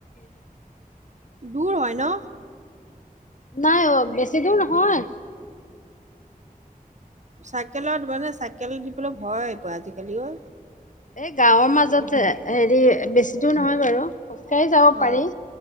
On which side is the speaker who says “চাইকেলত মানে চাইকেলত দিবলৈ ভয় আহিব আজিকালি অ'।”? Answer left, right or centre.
Right